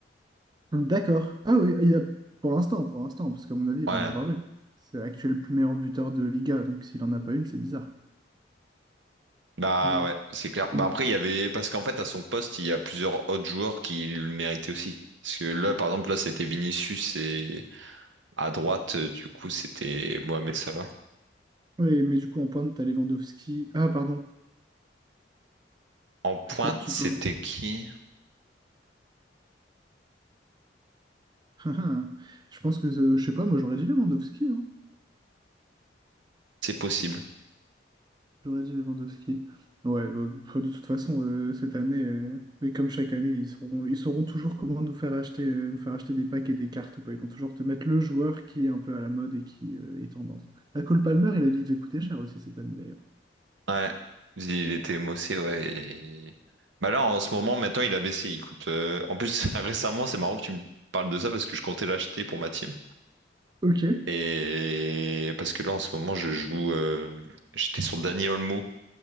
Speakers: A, on the right; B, on the right.
A: D'accord. Ah oui, il a, pour l'instant, pour l'instant, parce qu'à mon avis, il
B: Voilà.
A: va en avoir une. C'est l'actuel plus meilleur buteur de Liga, donc s'il en a pas une, c'est bizarre.
B: Bah
A: Et Donc,
B: ouais, c'est clair.
A: donc
B: Bah après,
A: tu-
B: il y avait. Parce qu'en fait, à son poste, il y a plusieurs autres joueurs qui le méritaient aussi. Parce que là, par exemple, là, c'était Vinicius et à droite, euh, du coup, c'était Mohamed Salah.
A: oui, mais du coup, en pointe, t'as Lewandowski. Ah, pardon,
B: En pointe,
A: parce que là, tu
B: c'était
A: parles.
B: qui?
A: <laughs> Je pense que, euh, je sais pas, moi, j'aurais dit Lewandowski, hein.
B: C'est possible.
A: J'aurais dit Lewandowski. Ouais, bah, de toute façon, euh, cette année, euh, mais comme chaque année, ils sauront, ils sauront toujours comment nous faire acheter, euh, nous faire acheter des packs et des cartes, quoi. Ils vont toujours te mettre le joueur qui est un peu à la mode et qui euh, est tendance. La Cole Palmer, il a dit qu'il devait coûter cher aussi cette année, d'ailleurs.
B: Ouais. Il était Mossé, ouais. et- Bah là, en ce moment, maintenant, il a baissé. Il coûte. euh, En plus, <laughs> récemment, c'est marrant que tu me parles de ça parce que je comptais l'acheter pour ma team.
A: Ok,
B: Et parce que là, en ce moment, je joue. euh, J'étais sur Dani Olmo